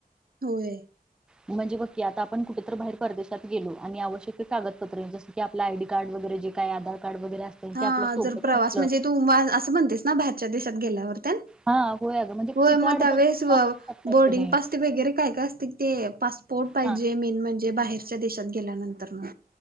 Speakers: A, on the right; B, in the centre.
A: होय.
B: म्हणजे बघकी आता आपण कुठेत बाहेर परदेशात गेलो आणि आवश्यक कागदपत्र जस की आपलं आयडी कार्ड वगैरे जे काय आधार कार्ड वगैरे असत
A: हा
B: ते आपल्या सोबत
A: जर प्रवास
B: नसलं
A: म्हणजे तू असं म्हणतेस ना बाहेरच्या देशा गेला वर होय
B: हा अगं म्हणजे तिथं
A: म
B: अडचण
A: त्यावेळेस
B: निर्माण होऊ शकतात
A: बोर्डिंग
B: की नाही.
A: पास वगैरे काय काय असते ते पासपोर्ट पाहिजे
B: हा
A: मेन म्हणजे बाहेर बाहेरच्या देशात गेल्यानंतर मग